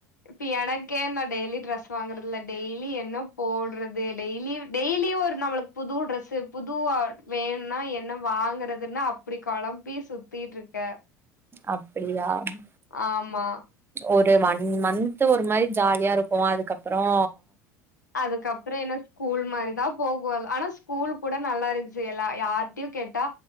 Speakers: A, on the left; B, on the right.
A: இப்பு எனக்கே நா டெய்லி ட்ரஸ் வாங்குறதில்ல டெய்லி என்ன போட்றதே டெய்லிவ் டெய்லியு ஓர் நம்மளுக் புது ட்ரஸ்ஸு புது ஆட் வேண்னா என்ன வாங்கறதுன்னு அப்டி கொழம்ப்பி சுத்திட்ருக்க
B: அப்பிடியா ஹுஹு
A: ஆமா
B: ஒரு வன் மந்த்து ஒரு மாய் ஜாலியா இருக்கு அதுக்கப்றோ
A: அதுக்கப்ற எனஸ் கூல் மாரிதா போகுல் ஆனா ஸ்கூல் கூட நல்லா இருந்ச்சி எலா யார்ட்யு கேட்டா